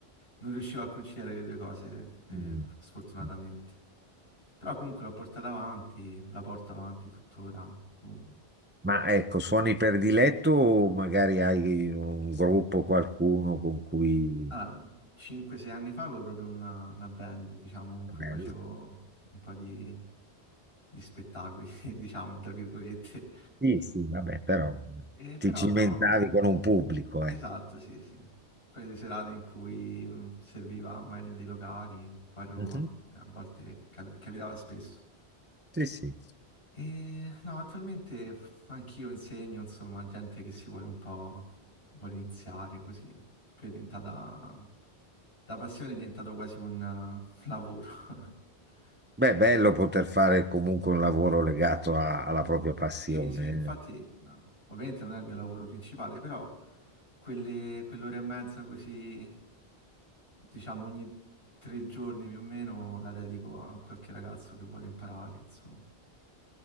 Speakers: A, on the left (about 65°); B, on the right (about 20°).
A: non riuscivo a conciliare le due cose, eh,
B: Mm.
A: sfortunatamente.
B: mm.
A: Però comunque l'ho portata avanti, la porto avanti tuttora. comunque.
B: Ma ecco, suoni prediletto o magari hai un gruppo, qualcuno con cui...
A: Allora, 5-6 anni fa avevo proprio una, una band, diciamo, con cui
B: Vabbè,
A: facevo un po' di, di spettacoli, <laughs> diciamo, tra virgolette.
B: sì, sì, vabbè, però
A: E però
B: ti cimentavi
A: no,
B: con un pubblico,
A: esatto,
B: ecco.
A: sì, sì. Quelle serate in cui mh, serviva magari dei locali qua a Roma,
B: Mhm.
A: a volte capi- capitava spesso.
B: Sì, sì.
A: E, no, attualmente f- anch'io insegno, insomma, a gente che si vuole un po', vuole iniziare così, più è diventata, da passione è diventato quasi un, <laughs> eh, un lavoro. <laughs>
B: Beh,
A: Sì,
B: è bello
A: sì,
B: poter fare comunque un lavoro legato a- alla propria passione.
A: Sì, sì, infatti,
B: eh.
A: no, ovviamente non è il mio lavoro principale, però quelle, quell'ora e mezza così, diciamo, ogni tre giorni più o meno la dedico a qualche ragazzo che vuole imparare, insomma.